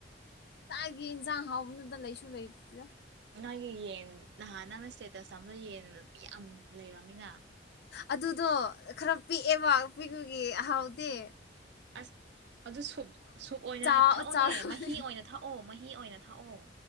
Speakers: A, on the left; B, on the right.
A: ꯇꯥꯏꯒꯤ ꯌꯦꯟꯁꯥꯡ ꯍꯥꯎꯕꯅꯣꯗ ꯂꯩꯁꯨ ꯂꯩꯇꯗ
B: ꯅꯪꯒꯤ ꯌꯦꯟ ꯅꯍꯥꯟ ꯅꯪꯅ ꯁ꯭ꯇꯦꯇꯁ ꯊꯝꯕ ꯌꯦꯟ ꯌꯥꯝ ꯂꯩꯔꯝꯃꯤꯅ
A: ꯑꯗꯨꯗꯣ ꯈꯔ ꯄꯤꯛꯑꯦꯕ ꯄꯤꯛꯄꯒꯤ ꯑꯍꯥꯎꯗꯦ
B: ꯑꯁ ꯑꯗꯨ ꯁꯨꯞ ꯁꯨꯞ ꯑꯣꯏꯅ
A: ꯆꯥꯎ
B: ꯊꯛꯑꯣꯅꯦ
A: ꯆꯥꯎꯔꯕꯅꯦ
B: ꯃꯍꯤ ꯑꯣꯏꯅ ꯊꯛꯑꯣ ꯃꯍꯤ ꯑꯣꯏꯅ ꯊꯛꯑꯣ